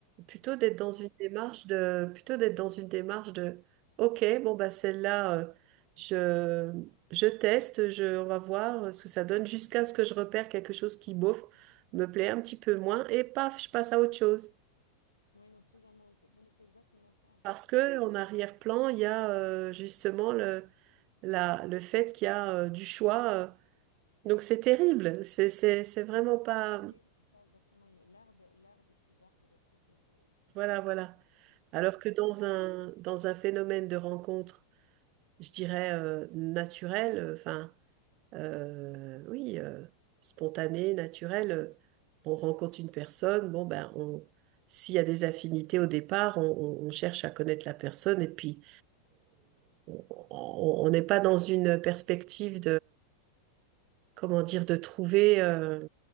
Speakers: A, on the right (about 40°); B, on the left (about 80°).
A: plutôt d'être dans
B: Non,
A: une
B: absolument.
A: démarche de, plutôt d'être dans une démarche de, OK, bon, bah, celle-là, euh, je, je teste, je, on va voir ce que ça donne jusqu'à ce que je repère quelque chose qui, bof, me plaît un petit peu moins et paf, je passe à autre chose.
B: Oui, non, totalement. C'est- Non, mais c'est exactement ça, en fait.
A: Parce
B: C'est
A: que
B: on...
A: en arrière-plan, il y a euh, justement le, la- le fait qu'il y a euh, du choix. euh, Donc c'est terrible, c'est c'est- c'est vraiment pas...
B: mais Oui, c'est ça, exactement. Il y a- L'herbe, l'herbe est plus verte de l'autre côté de.
A: Voilà, voilà. Alors
B: Donc, ouais,
A: que dans
B: et c'est- il
A: un,
B: y a-
A: dans un phénomène de rencontre, je dirais euh, naturel, euh, enfin, euh, oui, euh, spontané, naturel, euh, on rencontre une personne, bon, ben, on, s'il y a des affinités au départ, on, on- on cherche à connaître la personne et puis on on- on- on n'est pas dans une perspective comment dire, de trouver, euh,